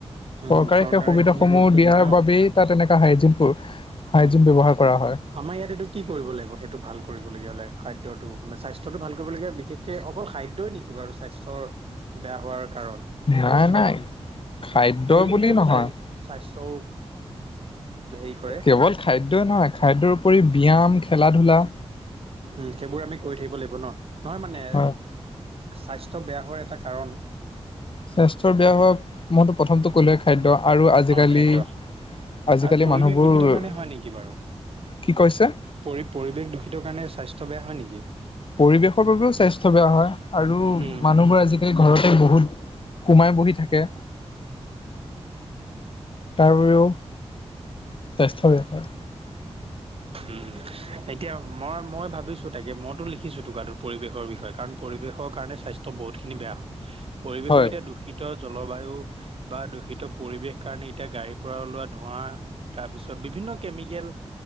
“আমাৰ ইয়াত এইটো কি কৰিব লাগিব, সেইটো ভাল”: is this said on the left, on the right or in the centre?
Right